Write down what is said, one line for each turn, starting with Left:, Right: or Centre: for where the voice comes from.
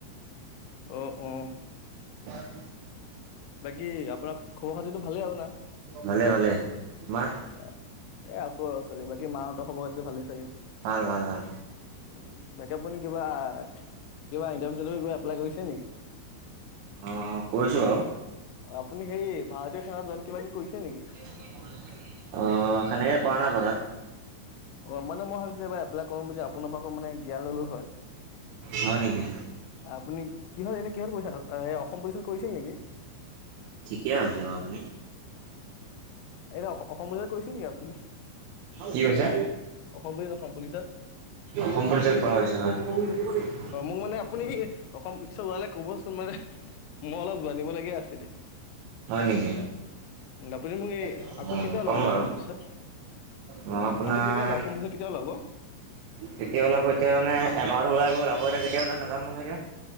Left: অ অ
Right: <unintelligible>
Left: বাকী আপোনাৰ খবৰ খাতিটো ভালেই আৰু ন?
Right: ভালে - ভালে, তোমাৰ?
Left: অ এ আছো আউ চলি, বাকী মাহঁতৰ খবৰ খাতি ভালেই চাগে?
Right: ভাল - ভাল - ভাল
Left: উম, বাকী আপুনি কিবা - কিবা ইণ্টাৰভিউ চিনটাৰ্ভিউ কিবা এপ্লাই কৰিছে নেকি?
Right: অঁ কৰিছোঁ বাৰু
Left: অ' আপুনি সেই ভাৰতীয় সেনাত জইন কিবা কিবি কৰিছিলে নেকি?
Right: অ', সেনেকে কৰা নাই বাউ তাত।
Left: অ মানে মই ভাবিছিলো এইবাৰ এপ্লাই কৰিম বুলি আপোনাৰ পৰা আকৌ মানে জ্ঞান ললো হয়।
Right: হয় নেকি?
Left: আপুনি কিহৰ এনে কিহত কৰিছিল এ অসম পুলিচত কৰিছিল নেকি?
Right: ঠিকে ভাবিছে বাউ আপুনি।
Left: এনে অসম পুলিচত কৰিছিল নেকি আপুনি
Right: কি কৈছে?
Left: অসম পুলিচ অসম পুলিচত
Right: অসম পুলিচৰ <unintelligible>
Left: অ', মো মানে আপুনি অসম পুলিচৰ ওলালে ক'বচোন মানে মই অলপ জানিব লগীয়া আছিলে।
Right: হয় নেকি?
Left: <unintelligible>
Right: অঁ
Left: আকৌ কেতিয়া ওলাব
Right: ক'ম বাৰু
Left: অসম পুলিচত,
Right: মই আপোনাৰ
Left: আকৌ কেতিয়া ওলাব অসম পুলিচত কেতিয়া ওলাব?
Right: কেতিয়া ওলাব, এতিয়া মানে এবাৰটো ওলাই গ'ল, আকৌ এতিয়া কেতিয়া ওলাই নাজানো নহয় এতিয়া?